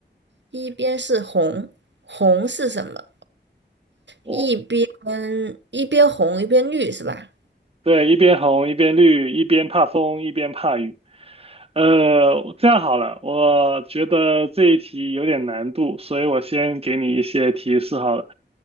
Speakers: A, on the right; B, on the right.
A: 一边是红，红是什么？
B: 哦，
A: 一边一边红一边绿是吧？
B: 对，一边红，一边绿，一边怕风，一边怕雨。呃，这样好了，我觉得这一题有点难度，所以我先给你一些提示好了。